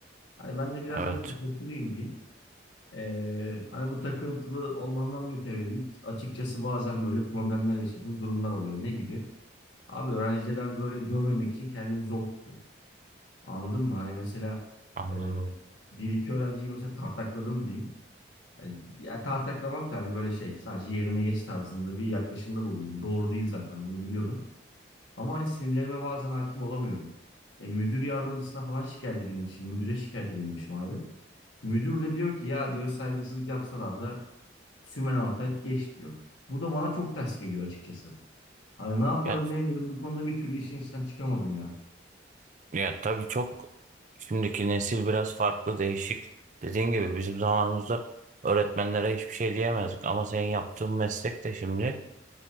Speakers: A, on the left; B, on the right.
A: Hani ben de biraz
B: evet
A: böyle takıntılıyım diyeyim. Ee, hani bu takıntılı olmamdan mütevellit açıkçası bazen böyle problemler yaşadığım durumlar oluyor. Ne gibi? Abi öğrencileri hani böyle dövmemek için kendimi zor tutuyorum. Anladın mı? Hani mesela
B: anladım.
A: e, bir iki öğrenciyi mesela tartakladım diyeyim. Hani, ya tartaklamak da hani böyle şey sadece yerine geç tarzında bir yaklaşımda bulundum. Doğru değil zaten bunu biliyorum. Ama hani sinirlerime bazen hakim olamıyorum. E, müdür yardımcısına falan şikayet edilmişim. Müdüre şikayet edilmişim abi. Müdür de diyor ki ya diyor saygısızlık yapsalar da sümen altı geç diyor. Bu da bana çok ters geliyor açıkçası. Hani ne yaparım
B: Ya,
A: ne ederim bu konuda bir türlü işin içinden çıkamadım ya.
B: ya tabii çok şimdiki nesil biraz farklı değişik. Dediğin gibi bizim zamanımızda öğretmenlere hiçbir şey diyemezdik. Ama senin yaptığın meslek de şimdi